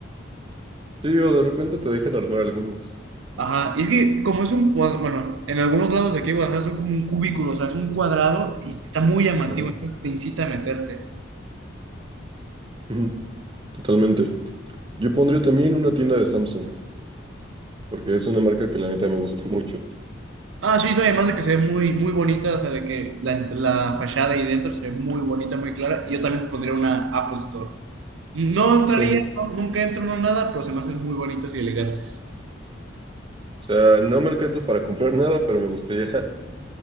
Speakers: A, on the right (about 25°); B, on the right (about 85°).
A: Sí, o de repente te dejan armar algunos.
B: Ajá, y es que como es un, bueno, en algunos lados de aquí de Guadalajara son como un cubículo, o sea, es un cuadrado y está muy llamativo,
A: Ajá.
B: entonces te incita a meterte.
A: Ujú, Totalmente. Yo pondría también una tienda de Samsung. porque es una marca que la neta me gusta <laughs> mucho.
B: Ah, sí, no, y además de que se ve muy, muy bonita, o sea, de que la, ent- la fachada ahí dentro se ve muy bonita, muy clara. Yo también pondría una Apple Store. No entraría,
A: Sí, o
B: no- nunca entro, no nada, pero se me hacen muy bonitas y elegantes.
A: sea, no me alcanza para comprar nada, pero me gustaría <laughs>